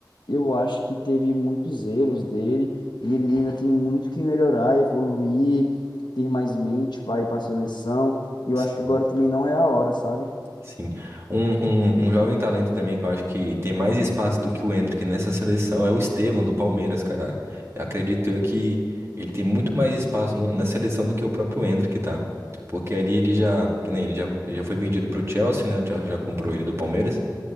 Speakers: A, on the left; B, on the right.
A: eu acho que teve muitos erros dele e ele ainda tem muito que melhorar, evoluir, ter mais mente para ir para a seleção. E eu
B: Sim.
A: acho que agora também não é a hora, sabe?
B: Sim. Um, um, um jovem talento também que eu acho que tem mais espaço do que o Endrick nessa seleção é o Estevão do Palmeiras, cara. Acredito eu que ele tem muito mais espaço no- na seleção do que o próprio Endrick, tá? Porque ali ele já, que nem ele já, ele já foi vendido pro Chelsea, né? O Chelsea já comprou ele do Palmeiras.